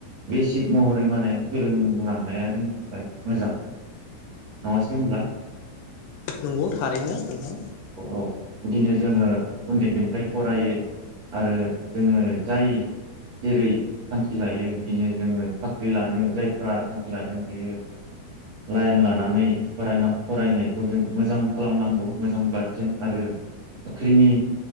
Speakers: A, on the right; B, on the left.
A: बेसिक महरै माने सोलों लांनाया जोंनि थाखाय मोजां नङासै होनब्ला
B: नंगौ थारैनो नोंथां
A: औ बिदिनो जोङो उन्दैनिफ्राय फरायो आरो जोङो जाय जेरै थांखि लायो बिदिनो जोङो साख्रि लानो जाय फ्रा थांखि लादों बियो लाइन लानानै फरायना फरायनायखौ जों मोजां खालामनांगौ मोजां पारसेन आरो साख्रिनि